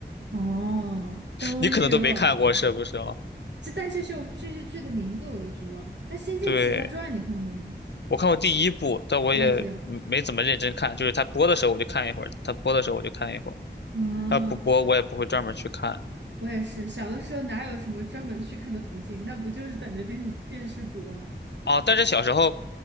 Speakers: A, on the right (about 70°); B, on the left (about 65°).
A: 哦，都略有耳闻。
B: 你可能都没看过是不是啊？
A: 这但这些我这些剧的名字我都知道。那《仙剑奇侠传》你看过吗？
B: 对，我看过第一部，但我也嗯没怎么认真看，
A: 我也是。
B: 就是他播的时候我就看一会儿，它播的时候我就看一会儿，
A: 嗯，
B: 它不播我也不会专门去看。
A: 我也是，小的时候哪有什么专门去看的途径？那不就是等着电视电视播吗？
B: 啊，但是小时候，